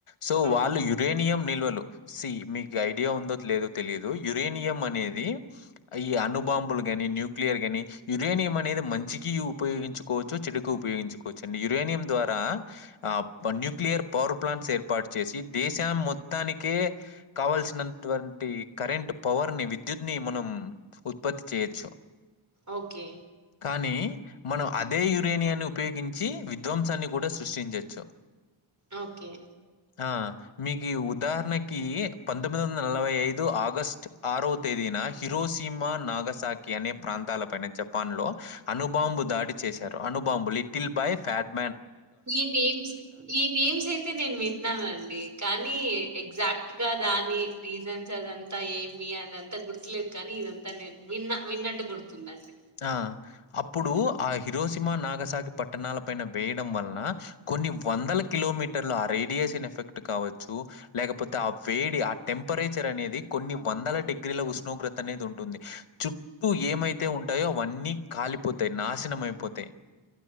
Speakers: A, on the left; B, on the right.
A: సో
B: ఓ
A: వాళ్ళు యు యురేనియం నిల్వలు సి మీకు ఐడియా ఉందో లేదో తెలిదు యురేనియం అనేది ఈ అనుబాంబులు గానీ న్యూక్లియర్ గానీ యురేనియం అనేది మంచికి ఉపయోగించుకోవచ్చు చెడుకు ఉపయోగించుకోవచ్చు అండి యురేనియం ద్వారా ఆ న్యూక్లియర్ పవర్ ప్లాంట్స్ ఏర్పాటు చేసి దేశాం మొత్తానినికె కావల్సినటువంటి కరెంటు పవర్ ని విద్యుత్ ని మనం ఉత్పత్తి చేయొచ్చు
B: ఓకే
A: కానీ మనం అదే యురేనియాన్ ఉపయోగించి విధ్వంసాన్ని కూడ సృష్టించచ్చు
B: ఓకే
A: ఆ మీకి ఉదాహరణకీ పంతొమ్మిది వంద నలవై ఐదు దు ఆగస్ట్ ఆరో తేదీన హిరోసిమ నాగసాకి అనే ప్రాంతాల పైన జపాన్ లొ అనుబాంబు దాడి చేశారు అనుబాంబు లిటిల్ బాయ్ క్యాట్
B: ఈ నేమ్స్ ఈ నేమ్స్ అయితె నేన్ విన్నానండి కాన్ నీ ఎగ్జాక్ట్ గా దాన్ కానీ రీజన్స్ అదంత ఏమి అదంత గుర్తులేద్ కానీ ఇదంతా నేన్ విన్న విన్నట్టు గుర్తుందండి
A: ఆ అప్పుడూ ఆ హిరోసిమ నాగసాకి పట్టణాల పైన వేయ్డం వల్న కొన్ని వందల కిలోమీటర్లు ఆ రేడియేషన్ ఎఫెక్ట్ కావచ్చు లేకపోతే ఆ వేడి ఆ టెంపరేచర్ అనేది కొన్ని వందల డిగ్రీల ఉష్ణోగ్రత అనేది ఉంటుంది చుట్టూ ఏమైతె ఉంట్ ఉంటాయో అవన్నీ కాలిపొతయ్ నాశనమైపొ తయ్